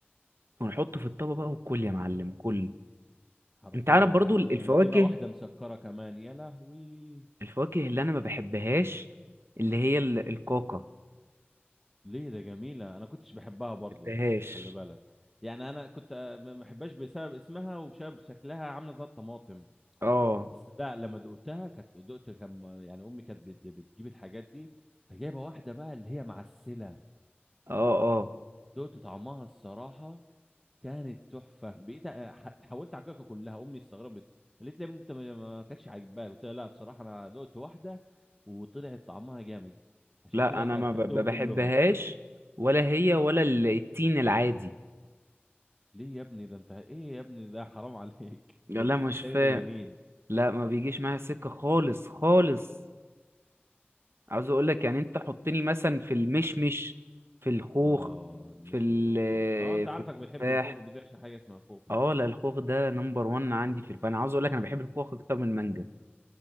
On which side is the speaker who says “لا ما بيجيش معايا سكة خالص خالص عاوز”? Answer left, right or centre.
Right